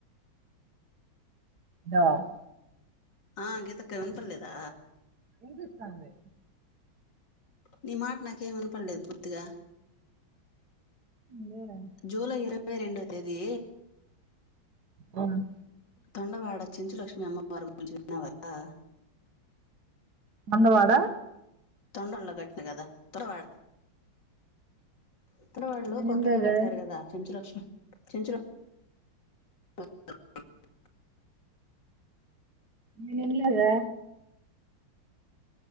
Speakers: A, on the right; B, on the left.
A: దవ <inaudible>
B: ఆ గీతక్క వినపడలేదా
A: వినిపిస్తాంది
B: నీ మాట నాకేమి వినపడలేదు పూర్తిగా
A: మేడం
B: జూలై ఇరవై రెండో తేదీ
A: బమ్ <unintelligible>
B: తొండవాడ చెంచులక్ష్మి అమ్మవారి గురించి <unintelligible>
A: మందవాడ
B: తొండల్లో కట్టిన కదా తొండవాడ ఉత్తరవాడలో
A: నేను
B: కొత్తగా
A: లేదే
B: కట్టారు కదా చెంచులక్ష్మి చెంచుల ఆ <inaudible>
A: నేన్ ఇన్లేదే